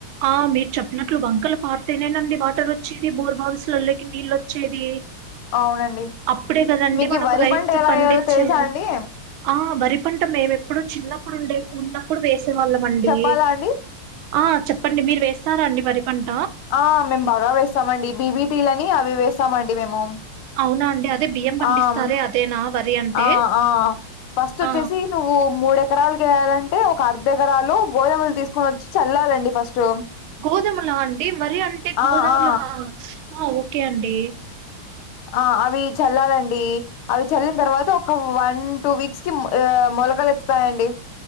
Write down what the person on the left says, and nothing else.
అవునండి
మీకు
ఈ వరి
పంట ఎలా
వేయాలో తెలుసా అండి
చెప్పాలా అండి
ఆ మేము బాగా వేస్తామండి బీబీటీలు అని అవి వేసామండి మేము
ఆమ్
ఆ ఆ ఫస్ట్ వచ్చేసి
నువ్వు మూడు ఎకరాలకి వేయాలంటే ఒక అర్ధ ఎకరాలు గోధుమలు తీసుకొని వచ్చి చల్లాలండి ఫస్ట్
ఆ ఆ
ఆ అవి చల్లాలండి అవి చల్లిన తర్వాత ఒక వన్ టూ వీక్స్ కి ఆ మొలకలు ఎత్తుతాయండి